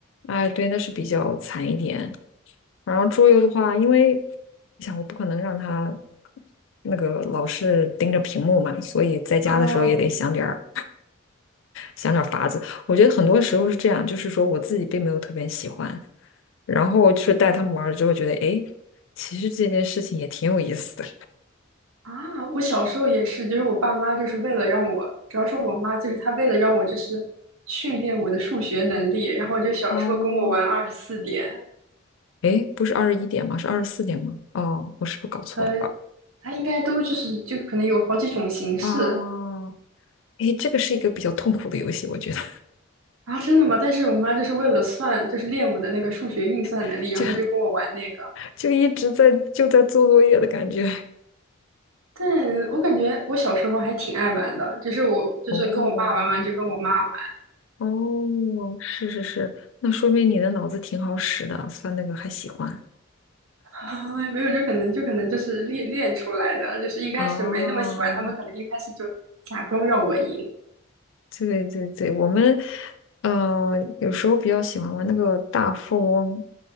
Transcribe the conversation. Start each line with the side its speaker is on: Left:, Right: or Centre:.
Left: 哎，对，那是比较惨一点。然后桌游的话，因为你想，我不可能让他那个老是盯着屏幕嘛，所以在家的时候也得想点儿
Right: 啊
Left: 想点儿法子。我觉得很多时候是这样，就是说我自己并没有特别喜欢。然后就是带他们玩了之后，觉得诶，其实这件事情也挺有意思的。
Right: 啊！我小时候也是，就是我爸妈就是为了让我，主要是我妈就是她为了让我就是训练我的数学能力，然后就小时候跟我玩二十四点，
Left: 哦，诶，不是二十一点吗？是二十四点吗？哦，我是不是搞错了吧？
Right: 呃，她应该都就是就可能有好几种形式，
Left: 啊，诶，这个是一个比较痛苦的游戏，我觉得
Right: 啊，真的吗？但是我妈就是为了算，就是练我的那个数学运算能力，
Left: <laughs>
Right: 然后就跟我玩那个。
Left: 就就一直在就在做作业的感觉。
Right: 但我感觉我小时候还挺爱玩的，就是我就是跟我爸玩完就跟我妈玩，
Left: 哦，哦，是是是，那说明你的脑子挺好使的，算那个还喜欢。
Right: <laughs> 没有就可能就可能就是练练出来的，就是一开始没那么喜欢，
Left: 哦，
Right: 他们可能一开始就假装让我赢。
Left: 对对对，我们呃有时候比较喜欢玩那个大富翁，